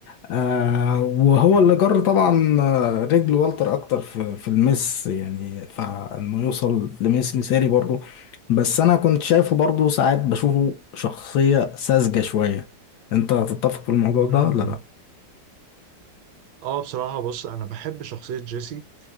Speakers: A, on the left; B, on the right.
A: آه وهو
B: م-
A: اللي جر طبعا آه، رجل والتر اكتر في في المس يعني فانه يوصل لميس مثالي برضو بس انا كنت شايفه برضو ساعات بشوفه شخصية ساذجة شوية انت هتتفق في الموضوع ده
B: م- م.
A: ولا لا
B: اه بصراحة بص انا بحب شخصية جيسي